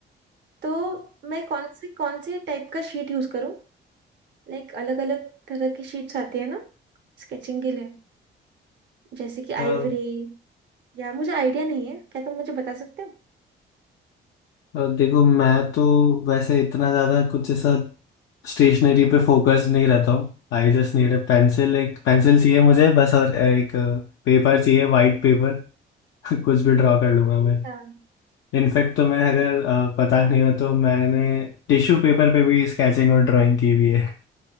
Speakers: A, on the right; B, on the left.
A: तो मैं कौन से कौन से टाइप का शीट यूज करूं लाइक अलग अलग तरह की शीट्स आती है ना स्केचिंग के लिए जैसे कि आइवरी
B: हाँ
A: या मुझे आइडिया नहीं है क्या तुम मुझे बता सकते हो
B: अ, देखो मैं तो वैसे इतना ज़्यादा कुछ ऐसा स्टेशनरी पे फोकस नहीं रहता हूँ I just need a pencil एक पेंसिल चाहिए मुझे बस और एक पेपर चाहिए वाइट पेपर <laughs> कुछ भी ड्रॉ कर लूँगा मैं
A: हाँ
B: इनफैक्ट तो मैं अगर अ, पता नहीं हो तो मैंने टिश्यू पेपर पे भी स्केचिंग और ड्राइंग की हुई है